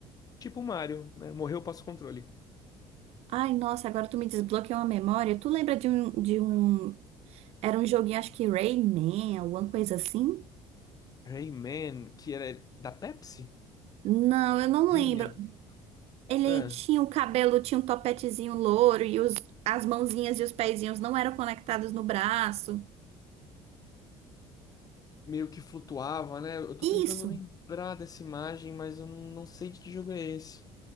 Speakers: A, on the left (about 35°); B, on the right (about 70°).
A: Tipo o Mario, né? Morreu, passa o controle.
B: Ai, nossa, agora tu me desbloqueou uma memória. Tu lembra de um, de um, era um joguinho, acho que Rayman, alguma coisa assim?
A: Rayman, que era da Pepsi?
B: Não, eu não
A: Rayman.
B: lembro. Ele
A: É,
B: tinha o cabelo, tinha um topetezinho louro e os, as mãozinhas e os pezinhos não eram conectados no braço.
A: meio que flutuava, né? Eu tô
B: Isso!
A: tentando lembrar dessa imagem, mas eu não não sei de que jogo é esse.